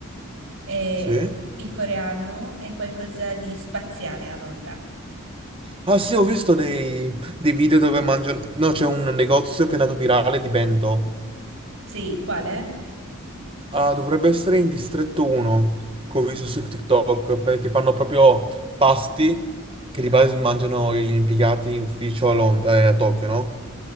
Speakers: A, on the right; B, on the right.
A: e
B: Sì?
A: il coreano è qualcosa di spaziale a Londra.
B: Ah sì, ho visto dei, dei video dove mangiano... No, c'è un negozio che è andato virale di bento.
A: Sì, quale?
B: Ah, dovrebbe essere in distretto 1, che ho visto su TikTok, perché fanno proprio pasti che di base mangiano gli impiegati in ufficio a, Lon- eh, a Tokyo, no?